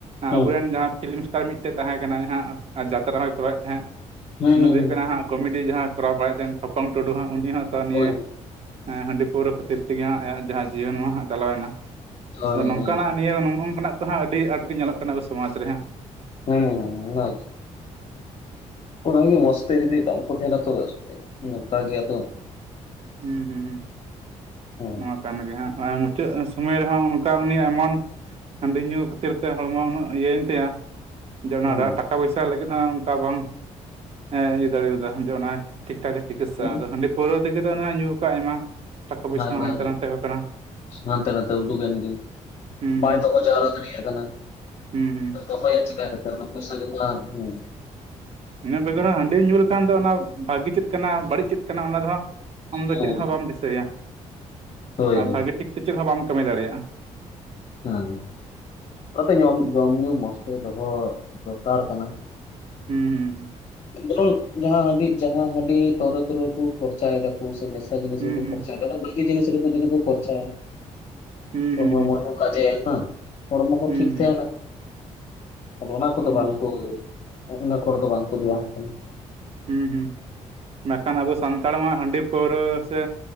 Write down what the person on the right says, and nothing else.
ᱟᱵᱚᱨᱮᱱ ᱡᱟᱦᱟᱸ ᱯᱷᱤᱞᱤᱢ ᱥᱴᱟᱨ ᱢᱤᱫᱴᱮᱱ ᱛᱟᱦᱮᱸ ᱠᱟᱱᱟᱭ ᱦᱟᱸᱜ ᱟᱨ ᱡᱟᱛᱨᱟ ᱦᱚᱸᱭ ᱠᱚᱨᱟᱣ ᱮᱫ ᱛᱟᱦᱮᱸᱫ
ᱩᱱᱤ
ᱫᱚ
ᱦᱩᱭᱩᱜ ᱠᱟᱱᱟ ᱦᱟᱸᱜ ᱠᱚᱢᱮᱰᱤ ᱡᱟᱦᱟᱸ ᱠᱚᱨᱟᱣ ᱵᱟᱲᱟᱭ ᱛᱟᱦᱮᱸᱱ ᱴᱷᱚᱯᱚᱝ ᱴᱩᱰᱩ ᱦᱟᱸᱜ ᱩᱱᱤ ᱦᱚᱸ ᱛᱚ ᱱᱤᱭᱟᱹ
ᱮᱸ ᱦᱟᱺᱰᱤ ᱯᱟᱹᱣᱨᱟᱹ ᱠᱷᱟᱹᱛᱤᱨ ᱛᱮᱜᱮ ᱦᱟᱸᱜ ᱟᱭᱟᱜ ᱡᱟᱦᱟᱸ ᱡᱤᱭᱚᱱ ᱱᱚᱣᱟ ᱦᱟᱸᱜ ᱪᱟᱞᱟᱣ ᱮᱱᱟ
ᱟᱫᱚ ᱱᱚᱝᱠᱟᱱᱟᱜ
ᱱᱤᱭᱟᱹ ᱱᱚᱜ ᱚᱱᱠᱟᱱᱟᱜ ᱠᱚ ᱦᱟᱸᱜ ᱟᱹᱰᱤ ᱟᱸᱴ ᱜᱮ ᱧᱮᱞᱚᱜ ᱠᱟᱱᱟ ᱟᱵᱚ ᱥᱚᱢᱟᱡ ᱨᱮ ᱦᱟᱸᱜ
ᱦᱩᱸ ᱦᱩᱸ
ᱱᱚᱣᱟ ᱠᱟᱱ ᱜᱮ ᱦᱟᱸᱜ ᱢᱩᱪᱟᱹᱫ ᱥᱳᱢᱚᱭ ᱨᱮᱦᱚᱸ ᱚᱱᱠᱟ ᱩᱱᱤ ᱮᱢᱚᱱ ᱦᱟᱺᱰᱤ ᱧᱩ ᱠᱷᱟᱹᱛᱤᱨ ᱛᱮ ᱦᱚᱲᱢᱚ ᱩᱱᱟᱹᱜ ᱤᱭᱟᱹᱭᱮᱱ ᱛᱟᱭᱟ ᱡᱮ ᱚᱱᱟ
ᱴᱟᱠᱟ ᱯᱚᱭᱥᱟ ᱞᱟᱹᱜᱤᱫ ᱦᱚᱸ ᱚᱱᱠᱟ ᱵᱟᱝ ᱤᱭᱟᱹ ᱮᱸ ᱫᱟᱲᱮᱭ ᱟᱫᱟ ᱡᱮ ᱚᱱᱟ ᱴᱷᱤᱠ ᱴᱷᱟᱠ ᱮ ᱪᱤᱠᱤᱛᱥᱟ
ᱟᱫᱚ ᱦᱟᱺᱰᱤ ᱯᱟᱹᱣᱨᱟᱹ ᱛᱮᱫᱚ ᱦᱟᱸᱜ ᱧᱩ ᱠᱟᱜ ᱟᱭ ᱟᱭᱢᱟ ᱴᱟᱠᱟ ᱯᱚᱭᱥᱟ
ᱦᱚᱸ ᱦᱟᱱᱛᱮ ᱱᱟᱛᱮ ᱠᱟᱱᱟ
ᱦᱩᱸ
ᱦᱩᱸ
ᱦᱩᱸ ᱦᱩᱸ
ᱤᱱᱟᱹ ᱵᱮᱜᱚᱨ ᱦᱚᱸ ᱦᱟᱺᱰᱤ ᱧᱩ ᱞᱮᱠᱷᱟᱱ ᱫᱚ ᱚᱱᱟ ᱵᱷᱟᱹᱜᱤ ᱪᱮᱫ ᱠᱟᱱᱟ, ᱵᱟᱹᱲᱤᱡ ᱪᱮᱫ ᱠᱟᱱᱟ ᱚᱱᱟ ᱫᱚ ᱦᱟᱸᱜ ᱟᱢ ᱫᱚ
ᱪᱮᱫ ᱦᱚᱸ ᱵᱟᱢ ᱫᱤᱥᱟᱹᱭᱟ,
ᱟᱨ
ᱵᱷᱟᱹᱜᱤ ᱴᱷᱤᱠ ᱛᱮ ᱪᱮᱫ ᱦᱚᱸ ᱵᱟᱢ ᱠᱟᱹᱢᱤ ᱫᱟᱲᱮᱭᱟᱜᱼᱟ᱾
ᱦᱩᱸ ᱦᱩᱸ ᱦᱩᱸ᱾
ᱦᱩᱸ
ᱦᱩᱸ
ᱦᱩᱸ
ᱦᱩᱸ
ᱦᱩᱸ
ᱦᱩᱸ
ᱦᱩᱸ
ᱦᱩᱸ ᱦᱩᱸ ᱱᱟᱠᱷᱟᱱ ᱟᱵᱚ ᱥᱟᱱᱛᱟᱲ ᱢᱟ ᱦᱟᱺᱰᱤ ᱯᱟᱹᱣᱨᱟᱹ ᱥᱮ